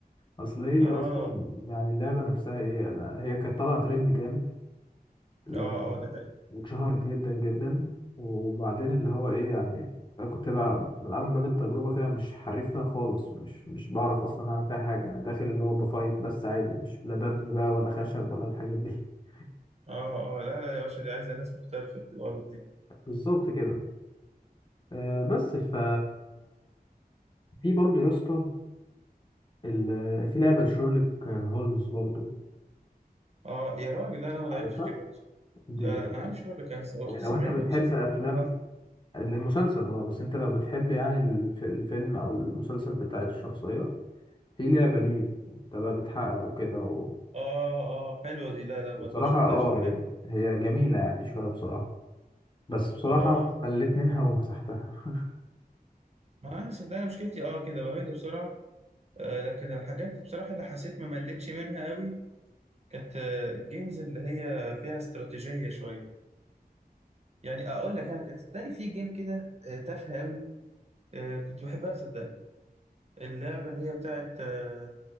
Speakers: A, on the left; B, on the right.
A: اصل هي
B: اه
A: اصلا يعني اللعبة نفسها ايه انا هي كانت طالعة ترند جامد ل-
B: اه اه دي حقيقة
A: واتشهرت جدا جدا وبعدين اللي هو ايه يعني انا كنت بلعب بلعب من باب التجربه كده مش حريف فيها خالص مش مش بعرف اصلا اعمل فيها حاجه انا داخل اللي هو بفايت بس عادي مش لا ببني بقى ولا خشب ولا الحاجات دي <laughs>
B: اه اه لا لا يا باشا دي عايزة ناس محترفة في الورد دي
A: بالظبط كده آه، بس ف في برضه يا اسطى ال- آه، في لعبه لشيرلوك هولمز برضه
B: اه يا راجل لا انا ما لعبتش
A: عارفها
B: دي برضه
A: دي
B: لا
A: جميلة.
B: لا انا عارف شغلك انا س- اختي
A: لو
B: سمعتني
A: انت بتحب
B: مسلسل
A: افلام
B: اه
A: المسلسل اه بس انت لو بتحب يعني الف- الفيلم او المسلسل بتاع الشخصيه في لعبة ليه انت بقى بتحقق وكده و...
B: اه حلوة دي لا لا ما
A: وبصراحة
B: شفتهاش
A: اه
B: ولا
A: هي
B: لعبت
A: هي جميلة يعني شوية بصراحة بس بصراحة
B: اه
A: مليت منها ومسحتها <laughs>
B: ما انا صدقني مشكلتي اه كده بمل بسرعة آه، لكن الحاجات بصراحة اللي حسيت ما مليتش منها قوي كانت آه، الجيمز اللي هي فيها استراتيجية شوية يعني أقول لك أنا كانت صدقني في جيم كده آه، تافهة قوي آه، كنت بحبها صدقني اللعبة اللي هي بتاعت آه،